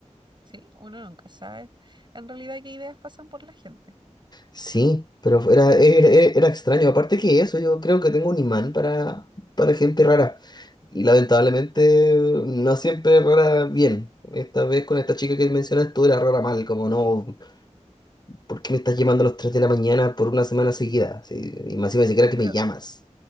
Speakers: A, on the right; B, on the left.
A: ¿sí? Uno nunca sabe en realidad qué ideas pasan por la gente.
B: Sí, pero era, e, era, e, era extraño. Aparte que eso, yo creo que tengo un imán para, para gente rara. Y lamentablemente no siempre rara bien. Esta vez con esta chica que mencionas tú era rara mal, como no, ¿por qué me estás llamando a las 3 de la mañana por una semana seguida? Sí, y más encima ni siquiera que
A: Pero
B: me llamas.